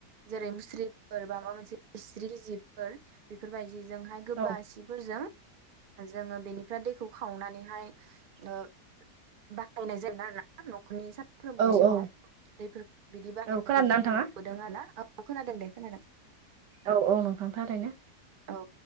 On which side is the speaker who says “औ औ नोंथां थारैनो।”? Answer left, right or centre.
Right